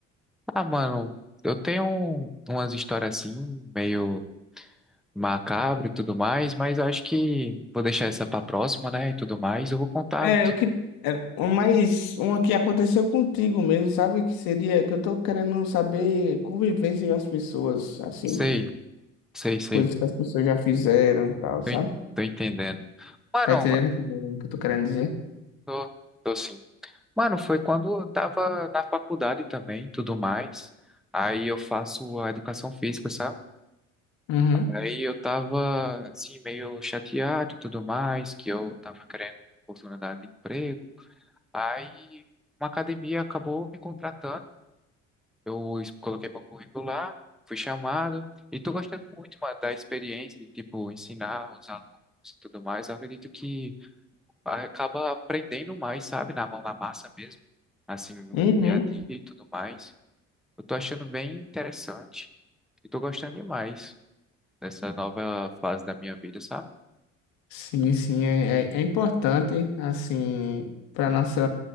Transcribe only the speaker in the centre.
Ah, mano, eu tenho um- umas histórias assim, meio macabra e tudo mais, mas eu acho que vou deixar essa pra próxima, né? E tudo mais. Eu vou contar
o que.
Sei, sei, sei.
Tô,
en- tô entendendo. Mano,
tô, tô sim. Mano, foi quando eu tava na faculdade também, tudo mais. Aí eu faço a educação física, sabe?
Aí eu tava assim, meio chateado e tudo mais, que eu tava querendo oportunidade de emprego. Aí uma academia acabou me contratando. Eu es- coloquei meu currículo lá, fui chamado e tô gostando muito, mano, da experiência de tipo ensinar os alunos e tudo mais. Eu acredito que acaba aprendendo mais, sabe, na mão na massa mesmo, assim, no
dia a dia e tudo mais. Eu tô achando bem interessante e tô gostando demais dessa nova fase da minha vida, sabe?